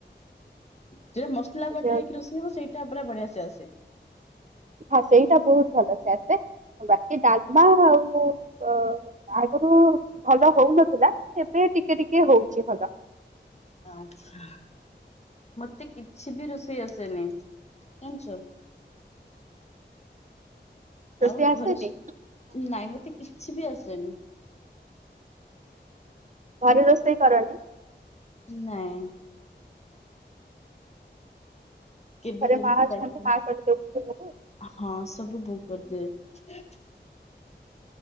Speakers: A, on the left; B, on the right.
A: ଯୋଟା ମସଲା
B: ଯାହା
A: ବଟା ହେଇକି ରୋଷେଇ ହବ ସେଇଟା ପୁରା ବଢିଆ। ଚାସେ।
B: ହଁ ସେଇଟା ବହୁତ ଭଲ ସେ ଆସେ ବାକି ଡାଲମା ଆଉ ଆଗରୁ ଭଲ ହଉନଥିଲା ଏବେ ଟିକେ ଟିକେ ହଉଛି ଭଲ।
A: ଆଛା। ମୋତେ କିଛି ବି ରୋଷେଇ ଆସେନି ଜାଣିଛ।
B: ରୋଷେଇ
A: ଆଉ
B: ଆସେନି
A: ଘରେ ସବୁ। ନାଇଁ ମୋତେ କିଛି ବି ଆସେନି।
B: ଘରେ ରୋଷେଇ କରନି?
A: ନାଇଁ। କେବେ
B: ଘରେ
A: କେମିତି
B: ମା ଅଛନ୍ତି
A: ଯାଇ।
B: ମା କରିଦଉଛନ୍ତି
A: ହଁ ସବୁ ଦିନ। କରିଦିଏ।